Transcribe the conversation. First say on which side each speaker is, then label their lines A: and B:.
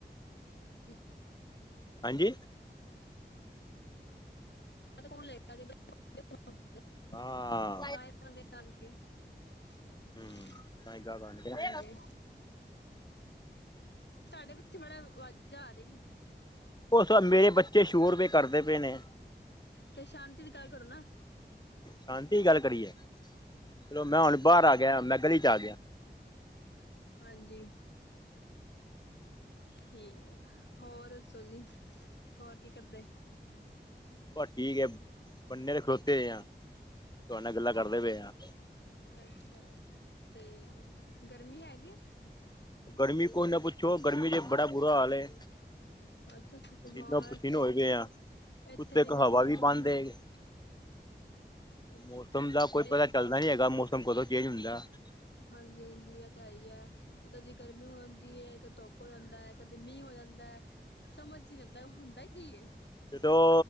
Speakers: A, on the left (about 75°); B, on the left (about 25°).
A: <unintelligible>
B: ਹਾਂਜੀ,
A: ਕੌਣ ਲੇਗਾ <unintelligible>
B: ਹਾਂ
A: ਤਦੇ ਨਾਲ <unintelligible>
B: ਹਮ ਧਾਗਾ ਬਨ ਲਿਆ
A: ਹਾਂਜੀ ਤੁਹਾਡੇ ਪਿੱਛੇ ਬੜੀਆਂ ਆਵਾਜ਼ਾਂ ਆ ਰਹੀਆਂ
B: ਉਹ ਮੇਰੇ ਬੱਚੇ ਸ਼ੋਰੁਪਏ ਕਰਦੇ ਨੇ
A: ਤੇ ਸ਼ਾਂਤੀ ਦੀ ਗੱਲ ਕਰੋ ਨਾ
B: ਸ਼ਾਂਤੀ ਗੱਲ ਕਰੀਏ ਚਲੋ ਮੈਂ ਹੁਣ ਬਾਹਰ ਆ ਗਿਆ ਮੈਂ ਗਲੀ ਚ ਆ ਗਿਆ
A: ਹਾਂਜੀ ਠੀਕ ਹੈ ਹੋਰ ਦੱਸੋ ਜੀ ਹੋਰ ਕੀ ਕਰਦੇ
B: ਬਸ ਠੀਕ ਹੈ ਬੰਨੇ ਦੇ ਖਲੋਤੇ ਆ ਤੁਹਾਡੇ ਨਾਲ ਗੱਲਾਂ
A: ਅੱਛਾ
B: ਕਰਦੇ ਪਏ ਆ
A: ਅੱਛਾ ਅਤੇ ਗਰਮੀ ਹੈਗੀ
B: ਗਰਮੀ ਕੋਈ ਨਾ ਪੁੱਛੋ। ਗਰਮੀ ਜੇ ਬੜਾ ਬੁਰਾ ਹਾਲ ਐ।
A: ਅੱਛਾ ਅੱਛਾ
B: ਪਸੀਨੋ
A: ਵਾਂ
B: ਪਸੀਨੋ
A: ਇੱਥੇ
B: ਹੋਏ
A: ਵੀ
B: ਪੈ ਆ।
A: ਇੱਥੇ
B: ਉੱਤੇ ਇੱਕ
A: ਗਰਮੀ
B: ਹਵਾ ਵੀ ਬੰਦ ਏ ।
A: ਅੱਛਾ
B: ਮੌਸਮ
A: ਅੱਛਾ
B: ਦਾ ਕੋਈ ਪਤਾ
A: ਇਹ
B: ਚੱਲਦਾ ਨੀ ਹੈਗਾ। ਮੌਸਮ ਕਦੋਂ ਚੇਂਜ ਹੁੰਦਾ ਐ।
A: ਹਾਂਜੀ ਹਾਂਜੀ। ਇਹ ਤਾਂ ਹੈ ਹੀ ਹੈ। ਕਦੇ ਗਰਮੀ ਹੋਂਦੀ ਐ। ਕਦੇ ਧੁੱਪ ਹੋ ਜਾਂਦਾ ਹੈ। ਕਦੇ ਮੀਂਹ ਹੋ ਜਾਂਦਾ ਐ। ਸਮਝ ਚ ਨੀ ਆਦਾ ਹੁੰਦਾ ਕੀ ਏ।
B: ਜਦੋਂ